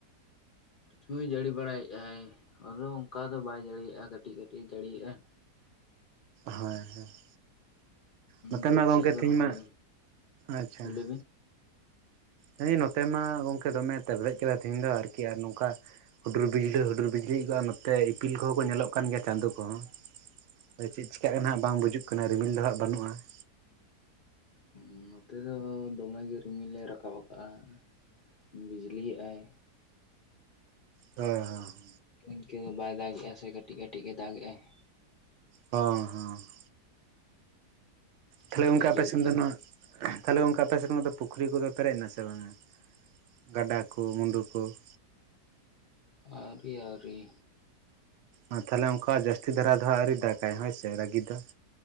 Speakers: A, on the left (about 60°); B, on the right (about 70°).
A: ᱦᱳᱭ ᱡᱟᱹᱲᱤ ᱵᱟᱲᱟᱭᱮᱜᱼᱟᱭ ᱟᱫᱚ ᱚᱱᱠᱟ ᱫᱚ ᱵᱟᱭ ᱡᱟᱹᱲᱤᱭᱟᱜᱼᱟ ᱠᱟᱹᱴᱤᱡ ᱠᱟᱹᱴᱤᱡ ᱡᱟᱹᱲᱤᱭᱮᱜᱼᱟ ᱾
B: ᱦᱮᱭ ᱦᱮᱸ ᱾ ᱱᱚᱛᱮ
A: ᱵᱟᱹᱫᱽ
B: ᱢᱟ ᱜᱚᱝᱠᱮ
A: ᱥᱮᱫ ᱫᱚ
B: ᱛᱮᱦᱮᱧ
A: ᱨᱚᱦᱚᱭ
B: ᱢᱟ ᱟᱪᱪᱷᱟ ᱾
A: ᱞᱟᱹᱭ ᱵᱤᱱ
B: ᱦᱟᱹᱭ ᱱᱚᱛᱮ ᱢᱟ ᱜᱚᱝᱠᱮ ᱫᱚᱢᱮ ᱛᱮᱨᱞᱮᱡ ᱠᱮᱫᱟ ᱛᱮᱦᱤᱱ ᱫᱚ ᱟᱨᱠᱤ ᱟᱨ ᱱᱚᱝᱠᱟ ᱦᱩᱰᱩᱨ ᱵᱤᱡᱽᱞᱤᱟᱹ ᱦᱩᱰᱩᱨ ᱵᱤᱡᱽᱞᱤ ᱮᱫ ᱜᱮᱭᱟᱭ ᱱᱚᱛᱮ ᱤᱯᱤᱞ ᱠᱚᱦᱚᱸ ᱠᱚ ᱧᱮᱞᱚᱜ ᱠᱟᱱ ᱜᱮᱭᱟ ᱪᱟᱸᱫᱳ ᱠᱚᱦᱚᱸ ᱾ ᱛᱚ ᱪᱮᱫ ᱪᱮᱠᱟᱜ ᱠᱟᱱᱟ ᱦᱟᱸᱜ ᱵᱟᱝ ᱵᱩᱡᱩᱜ ᱠᱟᱱᱟ ᱨᱤᱢᱤᱞ ᱫᱚ ᱦᱟᱸᱜ ᱵᱟᱹᱱᱩᱜᱼᱟ ᱾
A: ᱚ ᱱᱚᱛᱮ ᱫᱚ ᱫᱚᱢᱮ ᱜᱮ ᱨᱤᱢᱤᱞ ᱮ ᱨᱟᱠᱟᱵ ᱟᱠᱟᱜᱼᱟ ᱾ ᱦᱩᱸ ᱵᱤᱡᱞᱤ ᱮᱜᱼᱟᱭ ᱾
B: ᱦᱮᱸ ᱦᱮᱸ ᱾
A: ᱤᱱᱠᱟᱹ ᱫᱚ ᱵᱟᱭ ᱫᱟᱜᱮᱜᱼᱟ ᱥᱮ ᱠᱟᱹᱴᱤᱡ ᱠᱟᱹᱴᱤᱡ ᱜᱮ ᱫᱟᱜ ᱮᱜᱼᱟᱭ ᱾
B: ᱦᱚᱸ ᱦᱚᱸ ᱾ ᱛᱷᱟᱞᱮ
A: ᱱᱚᱛᱮ
B: ᱜᱚᱝᱠᱮ ᱟᱯᱮ
A: ᱡᱳᱨ
B: ᱥᱮᱱ
A: ᱛᱮᱦᱚᱸ
B: ᱫᱚ ᱱᱚᱣᱟ ᱛᱟᱦᱚᱞᱮ ᱜᱚᱝᱠᱮ ᱟᱯᱮᱱᱮᱱᱟᱜ ᱫᱚ ᱯᱩᱠᱷᱨᱤ ᱠᱚᱫᱚ ᱯᱮᱨᱮᱡ ᱮᱱᱟ ᱥᱮ ᱵᱟᱝᱟ? ᱜᱟᱸᱰᱟ ᱠᱚ ᱢᱩᱸᱰᱩ ᱠᱚ ᱾
A: ᱟᱹᱣᱨᱤ ᱟᱹᱣᱨᱤ ᱾
B: ᱚ ᱛᱟᱦᱚᱞᱮ ᱚᱱᱠᱟ ᱡᱟᱹᱥᱛᱤ ᱫᱷᱟᱨᱟ ᱫᱚ ᱦᱟᱸᱜ ᱟᱹᱣᱨᱤ ᱫᱟᱜᱼᱟᱭ ᱦᱳᱭᱥᱮ ᱨᱟᱹᱜᱤ ᱫᱚ ᱾